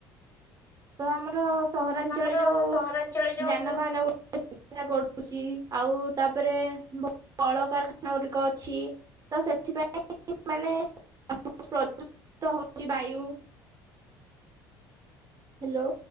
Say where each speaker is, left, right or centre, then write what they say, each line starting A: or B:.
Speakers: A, on the right; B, on the left.
A: ତ ଆମର ସହରାଞ୍ଚଳ
B: ଆମର
A: ଯୋଉ
B: ସହରାଞ୍ଚଳ ଯୋଉ
A: ଯାନବାହାନ ଚସା କରୁଛି ଆଉ ତାପରେ କଳକାରଖାନା ଗୁଡିକ ଅଛି ତ ସେଥିପାଇଁ ମାନେ ପ୍ରଦୂଷିତ ହଉଛି ବାୟୁ। ହ୍ୟାଲୋ